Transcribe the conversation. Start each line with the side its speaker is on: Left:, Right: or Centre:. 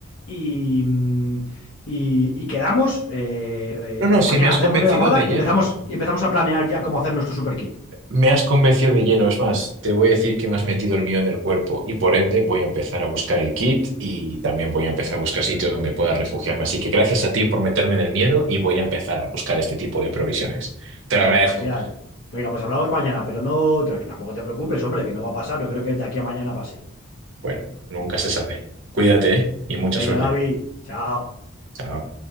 Left: y, mm, y- y quedamos, eh,
Right: No,
Left: eh, o
Right: no,
Left: mañana
Right: si me has
Left: hacemos
Right: convencido
Left: la llamada
Right: de
Left: y
Right: lleno.
Left: empezamos, y empezamos a planear ya cómo hacer nuestro super kit.
Right: Me has convencido de lleno, es más, te voy a decir que me has metido el mío en el cuerpo y por ende voy a empezar a buscar el kit y también voy a empezar a buscar sitios donde pueda refugiarme. Así que gracias a ti por meterme en el miedo y voy a empezar a buscar este tipo de provisiones. Te
Left: Bueno,
Right: lo agradezco.
Left: genial. Venga, pues hablamos mañana, pero no, no, que tampoco te preocupes, hombre, que no va a pasar, no creo que de aquí a mañana pase.
Right: Bueno, nunca se sabe. Cuídate, ¿eh? y mucha
Left: Venga,
Right: suerte.
Left: Gaby, chao.
Right: Chao.